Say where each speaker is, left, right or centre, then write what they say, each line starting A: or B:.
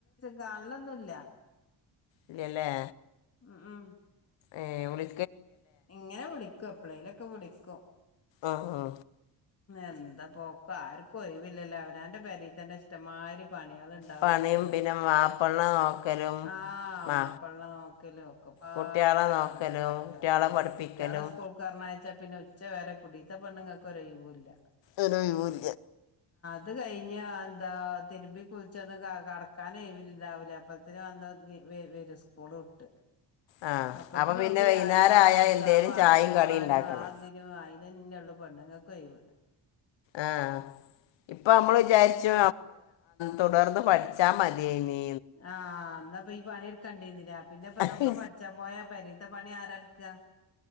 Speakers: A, on the left; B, on the left.
A: കാണലൊന്നുംല്ല
B: ഇല്ലല്ലേ
A: ഉം ഉം
B: ഏ ഓള്
A: ഇങ്ങനെ വിളിക്കു എപളേയിലൊക്കെ വിളി ക്ക
B: ആഹ് ആ
A: എന്താ പോക്കും ആർക്കും ഒഴവില്ലല്ലോ അവനാന്റെ പരി തന്നെ ഇഷ്ടമാരി പണികൾ ഇണ്ടാവും
B: പണിയും
A: ഉച്ചരെ
B: പിന്നെ മാപ്പിളനെ നോക്കലും
A: ആഹ മാപ്പള്ള
B: ആ
A: നോക്കല ഒക്കെ പാടെ
B: കുട്ടികളെ നോക്കലും
A: നല്ല കഥ
B: കുട്ടികളെ പഠിപ്പിക്കലും
A: കുട്ടികളെ സ്കൂൾക്കർനേ പിന്നെ ഉച്ച വരെ കുടീത്ത പണ്ണുങ്ങൾക്ക കുറയും അല്ല
B: ഒരു ഒയ് വുല
A: അത് കഴിഞ്ഞ എന്താ തിരുമ്പി കുളിച്ചൊന്ന് ക കടക്കാൻഴില്ല രാവലെ അപ്പഴത്തിും വന്ന് വ സ്കൂള് ഇട്ട്
B: ആ
A: അപ്പത്തി
B: അപ്പം പിന്നെ
A: ഓൾക്ക്
B: വൈകുന്നേരം
A: ചായേംവെള്ളം
B: ആയാൽ
A: എടുത്ത്
B: എന്തേലും
A: ആ പാത്രം
B: ചായയും
A: മോറാനും
B: കടിയും ഉണ്ടാക്കണം
A: ആ അതിനും അയി പിന്ന നിന്നെയള്ളു പെണ്ണ്ങ്ങ കൊയിവ്
B: ആഹ് ഇപ്പൊ നമ്മൾ വിചാരിച്ചു തുടർന്ന് പഠിച്ചാ മതിയേനി
A: ആഹ് അന്നപ്പ ഈ പണിടു കണ്ടിന്നില്ല പിന്നെ ഇപ്പ
B: ആഹ്
A: ഇതൊക്കെ പഠിച്ചാൻ പോയാ പരീത്ത പണി ആരാ ക്ക